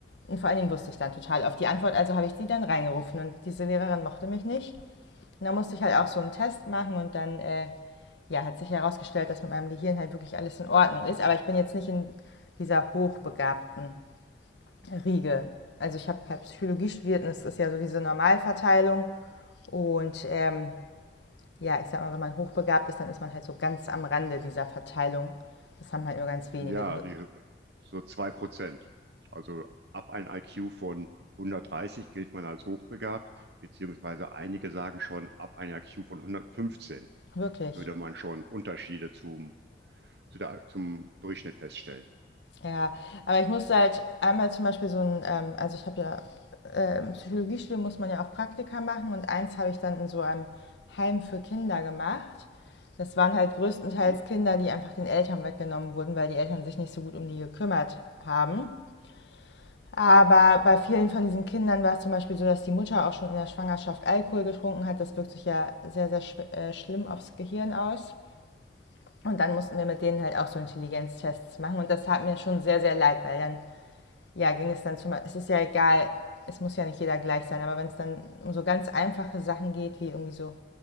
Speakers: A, on the left; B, on the right.
A: Und vor allen Dingen wusste ich dann total auf die Antwort, also habe ich die dann reingerufen und diese Lehrerin mochte mich nicht. Und dann musste ich halt auch so einen Test machen und dann äh, ja, hat sich herausgestellt, dass mit meinem Gehirn halt wirklich alles in Ordnung ist. Aber ich bin jetzt nicht in dieser hochbegabten Riege. Also ich habe halt Psychologie studiert und es ist ja so diese Normalverteilung. Und ähm, ja, ich sag mal, wenn man hochbegabt ist, dann ist man halt so ganz am Rande dieser Verteilung. Das haben halt nur ganz wenige,
B: Ja,
A: so
B: die, so 2%. Also ab einem IQ von 130 gilt man als hochbegabt, beziehungsweise einige sagen schon, ab einem IQ von 115
A: wirklich.
B: würde man schon Unterschiede zum, zu der, zum Durchschnitt feststellen.
A: Ja, aber ich musste halt einmal zum Beispiel so ein, ähm, also ich habe ja äh, im Psychologiestudium muss man ja auch Praktika machen und eins habe ich dann in so einem Heim für Kinder gemacht. Das waren halt größtenteils
B: Mhm.
A: Kinder, die einfach den Eltern weggenommen wurden, weil die Eltern sich nicht so gut um die gekümmert haben. Aber bei vielen von diesen Kindern war es zum Beispiel so, dass die Mutter auch schon in der Schwangerschaft Alkohol getrunken hat. Das wirkt sich ja sehr, sehr schw- äh, schlimm aufs Gehirn aus. Und dann mussten wir mit denen halt auch so Intelligenztests machen. Und das tat mir schon sehr, sehr leid, weil dann, ja, ging es dann zum, es ist ja egal, es muss ja nicht jeder gleich sein, aber wenn es dann um so ganz einfache Sachen geht, wie irgendwie so